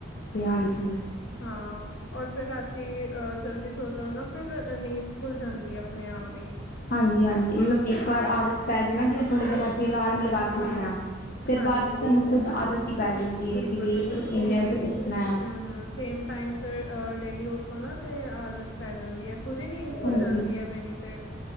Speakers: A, on the left; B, on the left.
A: ਹਾਂਜੀ
B: ਹਾਂ ਔਰ ਫੇਰ ਰਾਤੀ ਅਹ ਜਲਦੀ ਸੋ ਜਾਓ ਨਾ ਫਿਰ ਨੀਂਦ ਖੁੱਲ ਜਾਂਦੀ ਹੈ। ਆਪਣੇ ਆਪ ਹੀ।
A: ਹਾਂਜੀ-ਹਾਂਜੀ ਮਤਲਬ ਇੱਕ ਵਾਰ
B: ਹਾਂ
A: ਆਦਤ ਪੈ ਜੇ ਨਾ ਜਿਵੇਂ ਥੋੜੇ ਦਿਨ ਅਸੀਂ ਅਲਾਰਮ ਲ ਕੇ ਉੱਠਨਾ
B: ਹਾਂਜੀ,
A: ਫੇਰ
B: ਹਾਂਜੀ
A: ਬਾਅਦ
B: ਹਾਂ।
A: ਤੁਹਾਨੂੰ ਖੁਦ ਆਦਤ ਪੈ ਜਾਦੀ
B: ਬਿਲਕੁਲ-ਬਿਲਕੁਲ
A: ਹੈ ਕਿ ਵੀ ਇੰਨੇ
B: ਉਹੀ।
A: ਵਜੇ ਉੱਠਣੈ।
B: ਹੂੰ-ਹੂੰ ਸੇਮ ਟਾਈਮ ਤਾਂ ਡੇਲੀ ਉੱਠੋ ਨਾ ਤੇ ਆਦਤ ਪੈ ਜਾਂਦੀ ਹੈ ਖੁਦ ਹੀ ਨੀਂਦ ਖੁੱਲ
A: ਹਾਂਜੀ
B: ਜਾਂਦੀ ਹੈ ਮੇਰੀ ਤੇ।